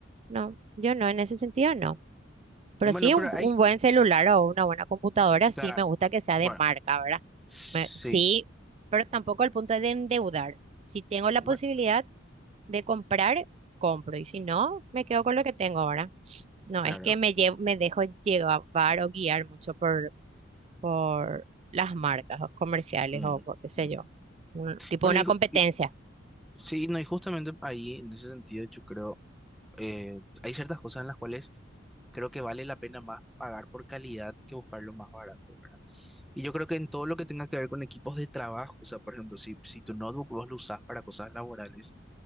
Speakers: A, on the right (about 35°); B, in the centre.
A: No, yo no, en ese sentido no. Pero
B: Bueno,
A: sí, un,
B: pero hay,
A: un buen celular o una buena computadora, sí
B: claro,
A: me gusta que sea de
B: bueno,
A: marca, ¿verdad?
B: sí,
A: Me- sí, pero tampoco al punto de endeudarme. Si tengo la
B: bueno,
A: posibilidad de comprar, compro. Y si no, me quedo con lo que tengo ahora. No,
B: claro.
A: es que me llevo, me dejo llevar o guiar mucho por, por las marcas o comerciales
B: mm,
A: o por qué sé
B: ujú.
A: yo. Un- tipo
B: Bueno,
A: una
B: y, ju-
A: competencia.
B: y- sí, no, y justamente ahí, en ese sentido, yo creo, eh, hay ciertas cosas en las cuales creo que vale la pena más pagar por calidad que buscar lo más barato, ¿verdad? Y yo creo que en todo lo que tenga que ver con equipos de trabajo, o sea, por ejemplo, si, si tu notebook vos lo usás para cosas laborales,